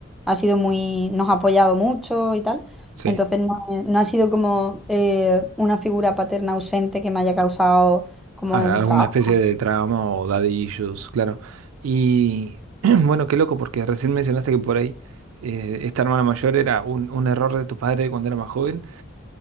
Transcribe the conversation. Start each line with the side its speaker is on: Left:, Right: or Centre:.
Centre: ha sido muy, nos ha apoyado mucho y tal.
Right: sí.
Centre: Entonces no, no ha sido como eh, una figura paterna ausente que me haya causado como
Right: A-
Centre: un
Right: Alguna
Centre: trabajo.
Right: especie de trama o daddy issues, claro. Y <clears throat> bueno, qué loco, porque recién mencionaste que por ahí eh, esta hermana mayor era un, un error de tu padre cuando era más joven.